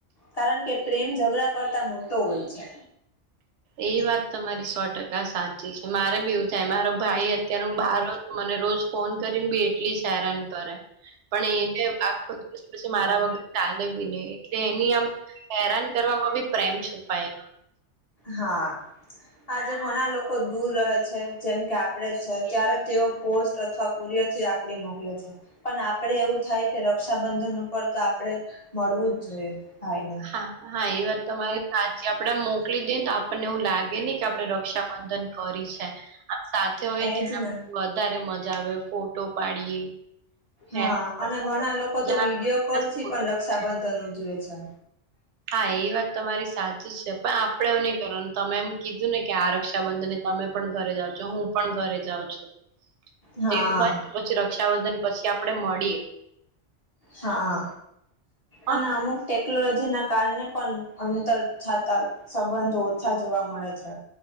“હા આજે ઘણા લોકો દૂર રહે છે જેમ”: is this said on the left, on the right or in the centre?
Left